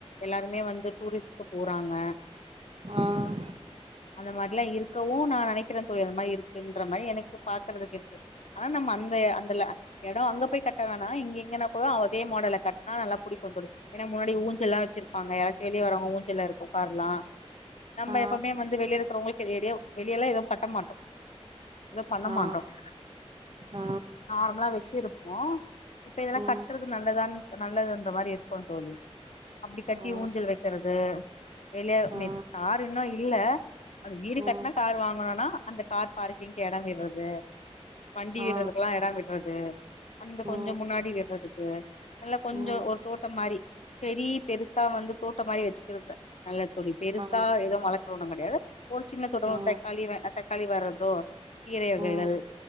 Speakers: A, on the left; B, on the right.
A: எல்லாருமே வந்து டூரிஸ்ட் போறாங்க
B: ஆஹ்
A: அந்த மாதிரிலாம் இருக்கவும் நினைக்கிறன் தொழில் அந்த மாதிரி இருக்குன்ற மாதிரி எனக்கு பாக்குறதுக்கு இருக்கு ஆனா நம்ம அந்த அந்த இடம் அங்க போய் கட்ட வேணா இங்க இங்கன்னா கூட அதே மாடலை கட்டனா நல்லா பிடிக்கும் வ சொ ஏன்னா முன்னாடி ஊஞ்சல்ல்லாம் வச்சிருப்பாங்க ஏயாச்சும் வெளியே வரவங்க ஊஞ்சல்ல இருக்கும் பாருலாம் நம்ம
B: ஆ
A: எப்பவுமே வந்து வெளியே இருக்கறவங்களுக்கு வெளியெல்லாம் எதுவும் கட்ட மாட்டோம் பண்ண
B: ஆ
A: மாட்டறோம்
B: ஆ
A: நார்மலா வச்சு இருப்ப ஆஹ இப்ப இதெல்லாம்
B: உ
A: கட்டுறது நல்லதான் நல்லதுன்ற மாதிரி இருக்கும் தோல அப்படி கட்டி
B: ஓ
A: ஊஞ்சல் வைக்கிறது வெளிய
B: ஆ
A: ம யாருமே இன்னும் இல்ல அது வீடு கட்டினா
B: உ
A: கார் வாங்கனும்னா அந்த கார் பார்கிங்க் இடம் அததே வண்டி விடுறதுக்குெல்லாம்
B: ஆ
A: இடம் விடுறது அந்த
B: உ
A: கொஞ்சம் முன்னாடி வர்றது ச நல்லா கொஞ்சம்
B: உ
A: ஒரு தோட்டம் மாதிரி செடி பெருசா வந்து தோட்ட மாதிரி வச்சுக்கிருப்பன் நல்ல தோழி பெருசா
B: ஆ
A: ஏதோ மழ போனும் கிடையாது ஒரு சின்ன தோட்ட
B: ஆ
A: தக்காளி களி வாரது கீரை வகைகள்
B: உ